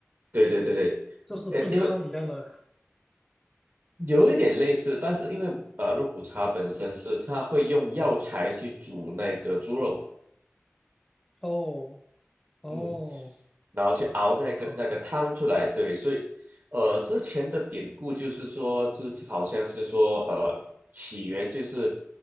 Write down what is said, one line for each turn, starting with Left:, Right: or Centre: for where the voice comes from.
Right: 对对对对，
Centre: 就是炖汤一样的。
Right: 呃，因为有一点类似，但是因为呃，肉骨茶本身是它会用药材去煮那个猪肉，
Centre: 哦，哦，
Right: 嗯。然后去熬那个那个汤出来。
Centre: 好，
Right: 对，所以呃，之前的典故就是说，之好像是说呃，起源就是